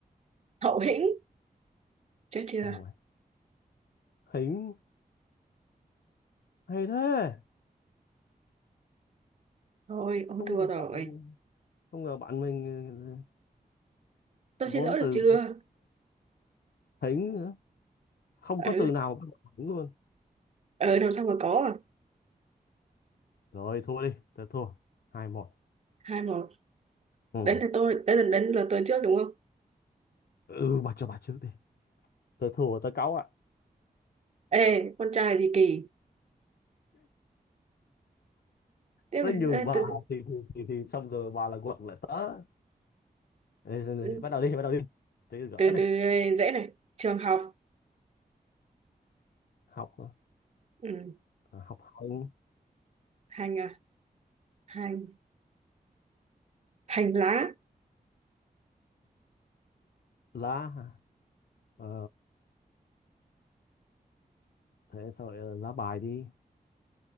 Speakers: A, on the right (about 45°); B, on the left (about 80°).
A: hậu hĩnh chết chưa
B: càng vậy hỉnh hay thế
A: thôi ông
B: không
A: thua
B: ngờ
A: rồi
B: bạn không ngờ bạn mình
A: tôi
B: ừ,
A: xin
B: vốn
A: lỗi được
B: từ
A: chưa
B: hỉnh nữa không
A: ừ
B: có từ nào bắt đầu bằng hỉnh luôn
A: ừ làm xong mà có à
B: Rồi thua đi, tớ thua. hai một
A: hai một
B: Ừ.
A: đấy là tôi đấy là đến là tôi trước đúng không
B: Ừ bà cho bà trước đi. Tớ thua tớ cáu ạ.
A: ê con trai gì kỳ tiếp
B: Tớ
A: này
B: nhường
A: ê,
B: bà
A: từ
B: thì thì thì, thì xong rồi bà là quật lại tớ. Đây, đây, đây,
A: ừ,
B: bắt đầu đi, bắt đầu đi. Tớ gỡ
A: từ
B: này,
A: từ dễ này trường học
B: học
A: ừ.
B: à, học hành
A: hành à hành hành lá
B: lá hả? ờ, thế sao lại lá bài đi.